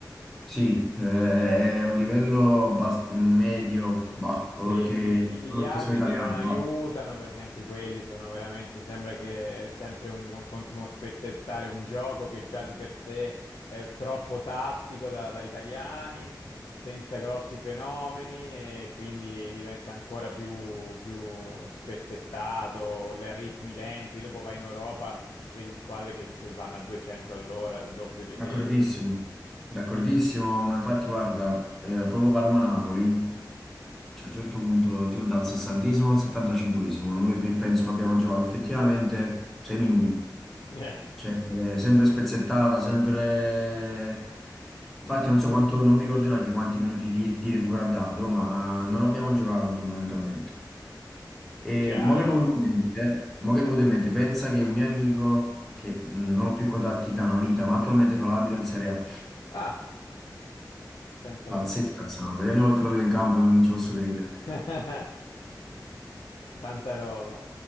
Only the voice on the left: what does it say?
Sì,
gli
gli arbitri
non aiutano
perché anche quelli sono veramente, sembra che è sempre un, un continuo spezzettare un gioco che già di per sé è troppo tattico da, da italiani, senza grossi fenomeni e quindi diventa ancora più, più spezzettato, le ritmi lenti, dopo vai in Europa, vedi squadre che, che vanno a 200 all'ora, il doppio di
te. di-
Eh,
è
chiaro.
Ah, pensa
a te.
<laughs> Tanta roba.